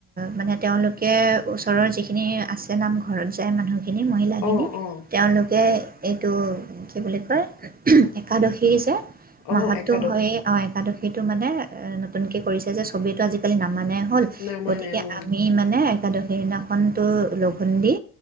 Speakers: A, on the right (about 25°); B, on the left (about 75°).
A: মানে তেওঁলোকে ওচৰৰ যিখিনি আছে নাম ঘৰত যায় মানুহ খিনি মহিলাখিনি,
B: অ' অ'
A: তেওঁলোকে এইটো কি বুলি কয় একাদশী যে
B: অ'
A: মাহতটো
B: একাদশ
A: হয়ে, অ' আৰু সেইটো টো মানে এ নতুনকে কৰিছে যে, ছবেইটো আজিকালি নামানে হ'ল,
B: নামানে
A: গতিকে
B: অ'
A: আমি মানে একাদশী দিনাখনটো লঘোণ দি